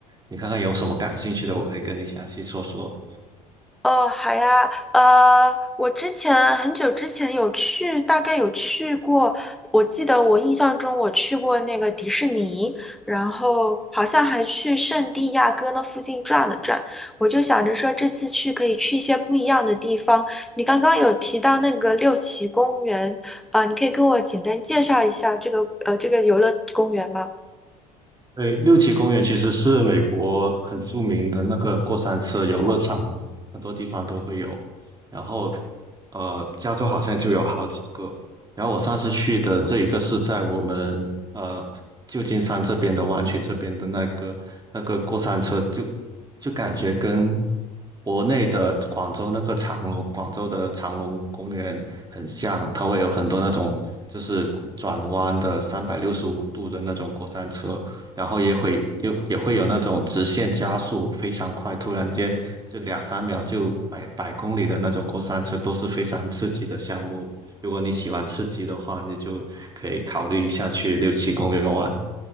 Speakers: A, on the right; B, in the centre.
A: 你看看有什么感兴趣的，我可以跟你详细说说。
B: 哦，好呀，呃，我之前很久之前有去，大概有去过，我记得我印象中我去过那个迪士尼，然后好像还去圣地亚哥那附近转了转。我就想着说这次去可以去一些不一样的地方。你刚刚有提到那个六旗公园，呃，你可以跟我简单介绍一下这个呃这个游乐公园吗？
A: 对，六旗公园其实是美国很著名的那个过山车游乐场呢，很多地方都会有。然后，呃，加州好像就有好几个。然后我上次去的这一个是在我们呃旧金山这边的湾区这边的那个那个过山车就，就感觉跟国内的广州那个长隆广州的长隆公园很像，它会有很多那种就是转弯的三百六十五度的那种过山车。然后也会有也会有那种直线加速非常快，突然间就两三秒就百百公里的那种过山车，都是非常刺激的项目。如果你喜欢刺激的话，你就可以考虑一下去六七公园玩。